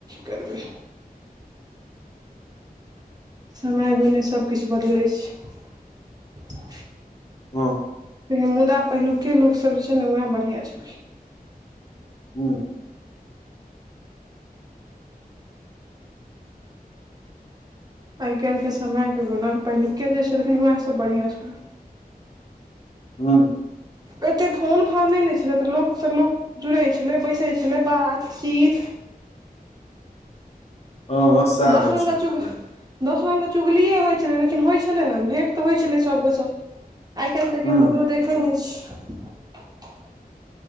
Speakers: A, on the right; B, on the left.
A: करबै समय गुण सभकिछु बदलै छै
B: हँ
A: िन मुदा पहिलु्के लोकसभ जे छै ने उएह बढ़िआँ छलखिन
B: ह्म
A: आइ काल्हिके समयके गुना पहिलुक्के जे छलखिन उएहसभ बढ़िआँ छलै
B: हँ
A: एतेक फोन फान नहि ने छल तऽ लोकसँ लोक जुड़ै छलै बैसै छलै बातचीत
B: हँ सएह
A: दस
B: होइ
A: रङंगग
B: छलै
A: चुग
B: पहिने
A: दस रङंगग चुगलिए होइ छलै लेकिन होइ छलै ने भेँट तऽ होइ छलै सभके सभ आइ काल्हि तऽ केओ
B: ह
A: ककरो देखै नहि छै <inaudible>